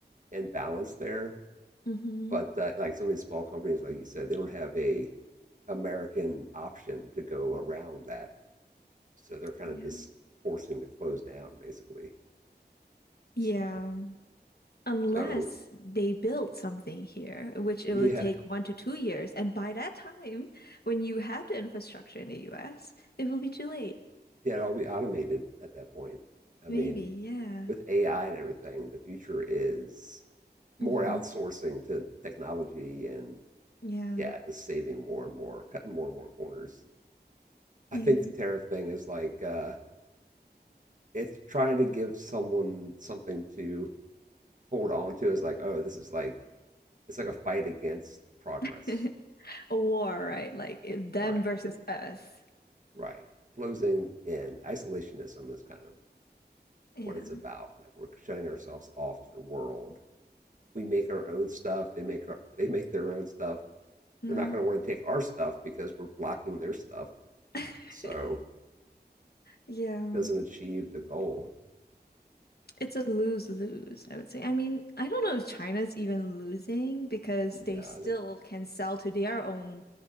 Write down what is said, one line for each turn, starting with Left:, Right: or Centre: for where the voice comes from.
Right: imbalance there.
Left: Mm-hmm.
Right: But uh, like some of these small companies, like you said, they don't have a American option to go around that, so they're kind
Left: Yeah.
Right: of just forcing to close down basically.
Left: Yeah,
Right: So
Left: unless
Right: so
Left: they build something here, which it
Right: yeah
Left: will take one to two years, and by that time, when you have the infrastructure in the US, it will be too late.
Right: yeah, it'll be automated at that point. I
Left: Maybe,
Right: mean,
Left: yeah.
Right: with AI and everything, the future is more
Left: hmm
Right: outsourcing to technology and
Left: Yeah.
Right: yeah, just saving more and more, cutting more and more corners.
Left: Yeah.
Right: I think the tariff thing is like uh, it's trying to give someone something to hold on to as like, oh, this is like it's like a fight against progress.
Left: <laughs> A war, right? Like it- them
Right: Right.
Left: versus us.
Right: Right. Closing in isolationism is kind of
Left: Yeah.
Right: what it's about. Like we're shutting ourselves off to the world. We make our own stuff. They make our, they make their own stuff.
Left: No.
Right: they're not going to want to take our stuff because we're blocking their stuff.
Left: <laughs>
Right: So
Left: Yeah.
Right: it doesn't achieve the goal.
Left: It's a lose-lose, I would say. I mean, I don't know if China's even losing because
Right: No.
Left: they still can sell to their own,